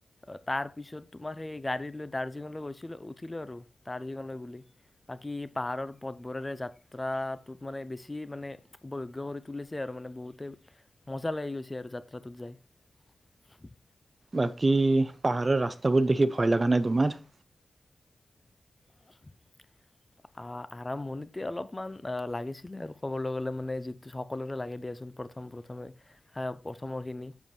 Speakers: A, on the left (about 15°); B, on the right (about 40°).
A: অ' তাৰ পিছত তোমাৰ সেই গাড়ী লৈ দাৰ্জিলিঙলৈ গৈছিলো উঠিলো আৰু দাৰ্জিলিঙলৈ বুলি। বাকী পাহাৰৰ পথবোৰেৰে যাত যাত্ৰাটোত মানে বেছি মানে উপভোগ্য কৰি তুলিছে আৰু মানে বহুতে মজা লাগি গৈছে আৰু যাত্ৰাটোত যায়।
B: বাকী পাহাৰৰ ৰাস্তাবোৰ দেখি ভয় লগা নাই তোমাৰ?
A: <inaudible> অ' আৰম্ভণিতে অলপমান অ' লাগিছিলে। ক'বলৈ গলে মানে যি সকলোৰে লাগে দিয়াচোন, প্ৰথম প্ৰথমে প্ৰথমৰ খিনি।